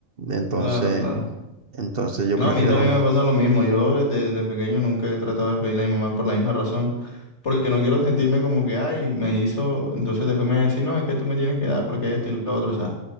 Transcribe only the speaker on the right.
Entonces...
Entonces yo
prefiero
no.